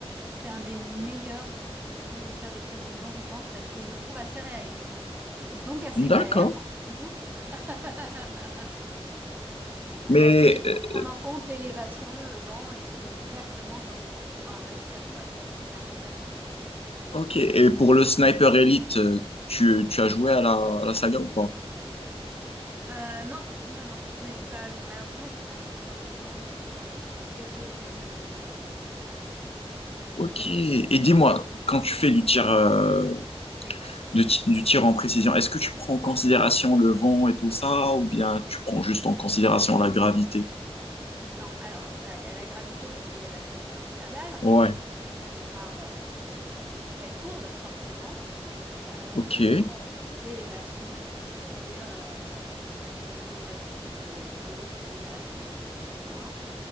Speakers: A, on the right; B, on the left.
A: c'est un des meilleurs jeux de tir de précision, je pense, parce que je le trouve assez réaliste, donc assez
B: D'accord.
A: galère. entre nous. <laughs>
B: Mais
A: Parce qu'il
B: euh,
A: faut prendre en compte l'élévation, le vent et tout, exactement comme pour un vrai tir, quoi. Donc c'est hyper intéressant.
B: Ok, et pour le Sniper Elite, euh, tu, tu as joué à la, à la saga ou pas?
A: Euh, non, non, non. Mais j'ai pas, j'ai- malheureusement, j'ai pas suffisamment de temps pour me mettre à tous les jeux auxquels j'aimerais jouer. <laughs>
B: Ok, et dis-moi, quand tu fais du tir, euh,
A: Oui.
B: de ti- du tir en précision, est-ce que tu prends en considération le vent et tout ça, ou bien tu prends juste en considération la gravité?
A: Non, alors, bah, il y a la gravité parce qu'il y a la trajectoire de la balle,
B: Ouais,
A: qui fait une trajectoire euh, qui va être courbe, forcément. Euh,
B: ok,
A: on prend l'élévation, c'est-à-dire euh, est-ce que ta cible est plus haute, plus basse, au même niveau que toi.